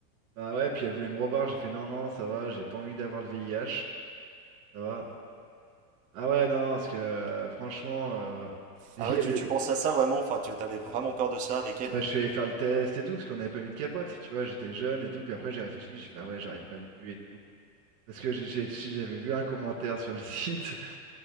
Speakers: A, on the right; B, on the right.
A: Bah ouais, puis elle voulait me revoir, j'ai fait non, non, ça va, j'ai pas envie d'avoir le VIH, ça va. Ah ouais, non, non, parce que euh, franchement, euh, <laughs> il
B: Ah ouais,
A: y avait-
B: tu, tu penses à ça vraiment Enfin, tu avais vraiment peur de ça avec elle
A: bah, je suis allé faire le test et tout, parce qu'on n'avait pas mis de capote, tu vois, j'étais jeune et tout, puis après j'ai réfléchi, j'ai fait ah ouais, j'aurais pas dû et tout. Parce que j'ai- j'ai- j'avais vu un commentaire sur le site,